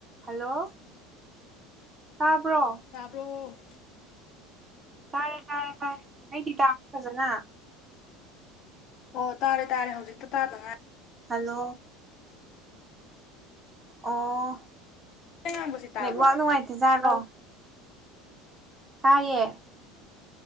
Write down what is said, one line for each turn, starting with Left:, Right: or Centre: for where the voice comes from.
Right: hello ꯇꯥꯕ꯭ꯔꯣ
Left: ꯇꯥꯕ꯭ꯔꯣ
Right: ꯇꯥꯔꯦ ꯇꯥꯔꯦ ꯇꯥꯔꯦ ꯍꯥꯏꯩ ꯇꯤ ꯇꯗꯅ
Left: ꯑꯣ ꯇꯥꯔꯦ ꯇꯥꯔꯦꯖꯤꯛꯇꯨ ꯇꯥꯗꯉꯥꯏ
Right: ꯍꯜꯂꯣ ꯑꯣ
Left: ꯑꯩꯅ ꯉꯥꯡꯕꯁꯤ ꯇꯥꯕ꯭ꯔꯣ
Right: ꯅꯦꯠꯋꯥꯛ
Left: ꯑꯩ
Right: ꯅꯨꯡꯉꯥꯏꯇꯦꯖꯥꯠꯔꯣ ꯇꯥꯏꯌꯦ